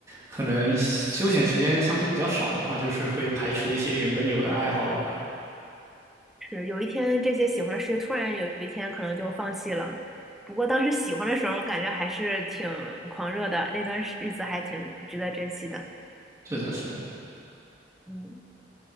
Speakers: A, on the right (about 15°); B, in the centre.
A: 可能休闲时间相对比较少的话，就是会排除一些原本有的爱好了吧。
B: 是有一天这些喜欢的事突然有一天可能就放弃了。不过当时喜欢的时候，感觉还是挺狂热的，那段日子还挺值得珍惜的。
A: 是的，是的，
B: 嗯。